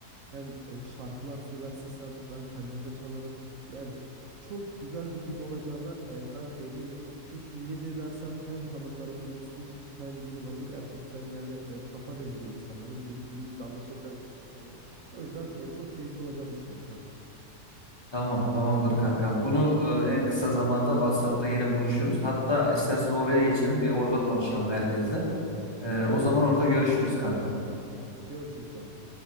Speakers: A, on the right; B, on the left.
A: hem e, şarkılar söylersin sen, ben kalimba çalarım. Yani çok güzel bir gün olacağına e, ben eminim. Çünkü niye de dersen hem hanımlarımız olsun hem biz olalım. Gerçekten yani e, kafa dengi insanlarız. Birbirimizle anlaşabilen insanlarız. O yüzden e, çok keyifli olacağını düşünüyorum kanka.
B: Tamam tamamdır
A: Öyle diyeyim
B: kankam.
A: yani.
B: Bunu e, en kısa zamanda WhatsApp'ta yine buluşuruz. Hatta istersen oraya geçelim bir orada konuşalım herkesle. E, o zaman
A: Tamam.
B: orada görüşürüz kanka.
A: Görüşürüz kanka.